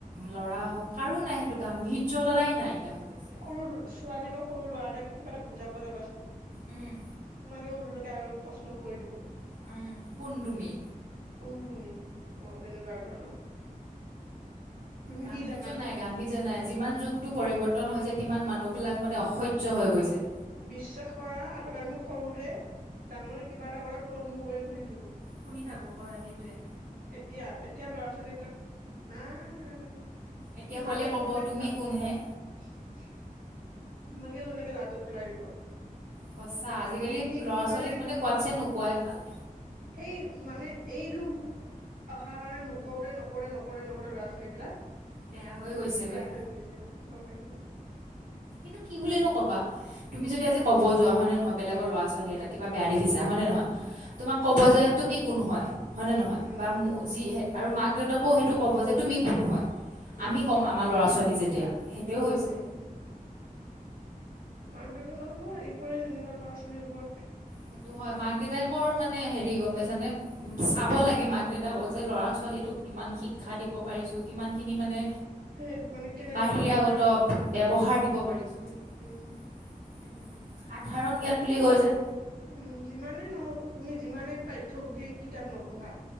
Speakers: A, on the right; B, on the right.
A: ল'ৰা হওঁক কাৰো
B: আজিকালি
A: না <unintelligible> গাম্ভীৰ্য তটাই নাইকিয়া হৈ গৈছে।
B: সৰু ছোৱালী বা সৰু ল'ৰা এটাকে কিবা এটা বুজাব যাবাচোন
A: উম
B: তোমাকে <unintelligible> আৰু প্ৰশ্ন কৰি দিব।
A: উম, কোন তুমি?
B: কোন তুমি? অ', তেনেকুৱা ধৰণৰ। তুমি
A: গাম্ভীৰ্য
B: কি জানানো
A: নাই, গাম্ভীৰ্য নাই যিমান যুগটো পৰিৱৰ্তন হৈছে টিমান মানুহবিলাক মানে অসহ্য হৈ গৈছে।
B: বিশ্বাস কৰা আগতে আমি সৰুতে, ডাঙৰে কিবা এটা কৰাত তল মুৰ কৰি শুনি থাকোঁ।
A: শুনি থাকো হয়, সেইটোৱে।
B: এতিয়া, এতিয়া ল'ৰা ছোৱালী বিলাক না, না, না, না
A: এতিয়া
B: তোমাকে
A: পোৱালিয়ে
B: <unintelligible>
A: ক'ব তুমি কোন হে
B: তোমাকে ওলটাকে লাজত পেলাই দিব।
A: সঁচা আজিকালি
B: সেইটো
A: ল'ৰা
B: কাৰণে
A: ছোৱালীক মানে কোৱাতছে
B: কি-
A: নোকোৱাই ভাল।
B: সেই মানে এইটো অহাৰ কাৰণে নকৰোতে, নকৰোতে, নকৰোতে, নকৰোতে ল'ৰা ছোৱালীবলাক
A: বেয়া হৈ গৈছেগৈ
B: বেয়া হৈ গৈছেগৈ, গম পাইছা নে?
A: কিন্তু কি বুলিনো ক'বা? তুমি
B: উম
A: যদি আজি ক'ব যোৱা হয়নে ন বেলেগৰ ল'ৰা ছোৱালী এটা কিবা বেয়া দেখিছে হয় নে নহয়? তোমাক ক'ব যে তুমি কোন হয়? হয় নে নহয়
B: উম
A: বা
B: উম
A: যি আৰু মাক দেউতাকো সেইটো ক'ব যে তুমি কোন হয়।
B: উম
A: আমি কম আমাৰ ল'ৰা ছোৱালী যেতিয়া <unintelligible> হৈছে
B: উম মাক দেউতাকা আহি পৰে যেনিবা ল'ৰা ছোৱালীৰ ওপৰত
A: সেইটো হয় মাক দেউতাকৰ মানে হেৰি গম পাইছানে উ চাব লাগে মাক দেউতাকো যে ল'ৰা ছোৱালীটোক কিমান শিক্ষা দিব পাৰিছো কিমান খিনি মানে
B: সেই মানে কেনেদৰে
A: বাহিৰাগত
B: ব্যৱহাৰ
A: ব্যৱহাৰ দিব পাৰিছো সেইটোে
B: উম
A: সাধাৰণ জ্ঞান বুলি কৈ যে
B: উম যিমানেই নহওক তুমি যিমানে পাঠ্যপুধি কিতাপ নপঢ়া